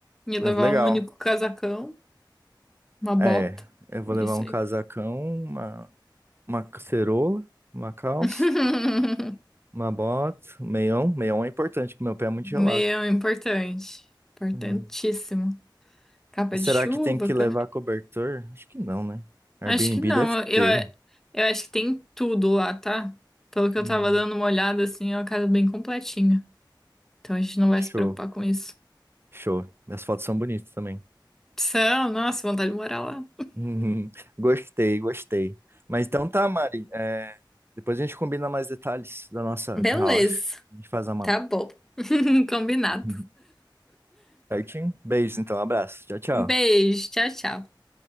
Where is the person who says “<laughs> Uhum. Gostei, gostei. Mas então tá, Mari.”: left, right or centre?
Right